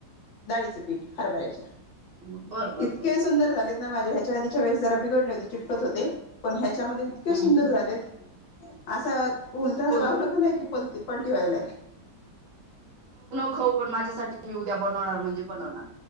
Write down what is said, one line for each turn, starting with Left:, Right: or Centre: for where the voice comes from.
Left: डाळीचं पीठ हरभऱ्याच्या.
Right: बर बर
Left: इतके
Right: बर
Left: सुंदर
Right: बर
Left: झालेत ना माझ्या ह आधीच्या वेळेस जरा बिघडले होते चिटकत होते पण ह्याच्या त्यामध्ये इतके
Right: हम्म
Left: सुंदर
Right: हम्म
Left: झालेत असं. उलताना
Right: को
Left: लावलं की नाही की पलती पलटी व्हायलंय.
Right: हो पण माझ्यासाठी मी उद्या बनवणार म्हणजे बनवणार